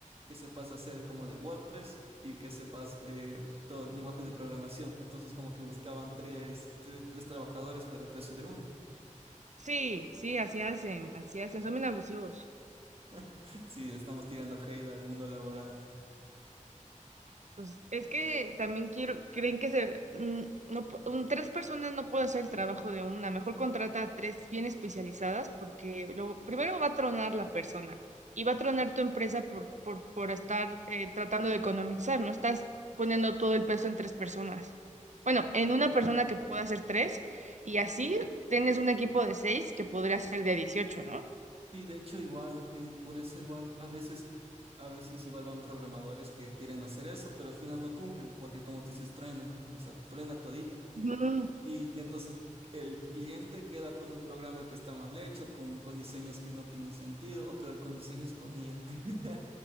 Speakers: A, on the right; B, on the right.
A: que sepas hacer como de WordPress y que sepas eh, todo, lenguajes de programación. Entonces como que buscaban tres, tre- tres trabajadores por el precio de uno.
B: Sí, sí, así hacen, así hacen, son bien abusivos.
A: <laughs> Sí, le estamos tirando hate al mundo laboral.
B: Pues es que también quiero, creen que se, mm, no, pu- un- tres personas no puede hacer el trabajo de una. Mejor contrata a tres bien especializadas porque luego, primero va a tronar la persona y va a tronar tu empresa por, por, por estar eh, tratando de economizar, ¿no? Estás poniendo todo el peso en tres personas. Bueno, en una persona que pueda hacer tres y así tienes un equipo de seis que podría ser de dieciocho ¿no?
A: Sí, de hecho igual, eh, por eso igual a veces, a veces igual van programadores que quieren hacer eso, pero al final no cumplen, porque como te dices, truenan, o sea, truena todito.
B: Ujú.
A: Y, y entonces el cliente queda con un programa que está mal hecho, con, con diseños que no tienen sentido, o peor, con diseños con IA. <laughs>